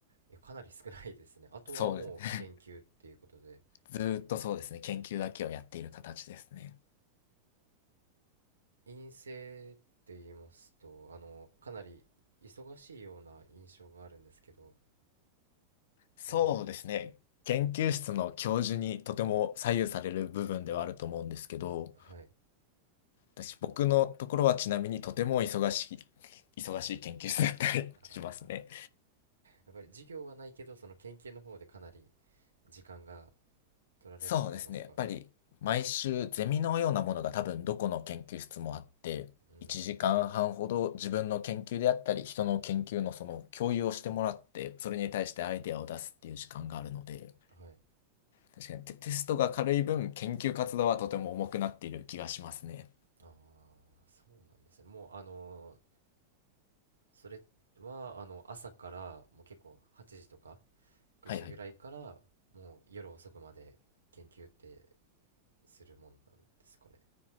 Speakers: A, on the right; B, on the left.
A: え、かなり少ないですね。あとはもう研究っていうことで、
B: そうです。ずーっとそうですね、研究だけをやっている形ですね。
A: 陰性って言いますと、あの、かなり忙しいような印象があるんですけど、
B: そうですね、
A: どうですか
B: 研究室の教授にとても左右される部分ではあると思うんですけど、
A: はい。
B: 私、僕のところはちなみにとても忙しい、忙しい研究室だったりしますね。
A: ああやっぱり授業はないけど、その研究の方でかなり時間が取られると言いますか。
B: そうですね、やっぱり毎週ゼミのようなものが多分どこの研究室もあって、
A: うん。
B: 1時間半ほど自分の研究であったり、人の研究のその共有をしてもらって、それに対してアイデアを出すっていう時間があるので、
A: はい。
B: 確かにテ、テストが軽い分、研究活動はとても重くなっている気がしますね。
A: ああ、そうなんですね。もう、あのそれは、あの、朝から、もう結構8時とか9時ぐらいから、
B: はいはい。
A: もう夜遅くまで研究ってするもんなんですかね。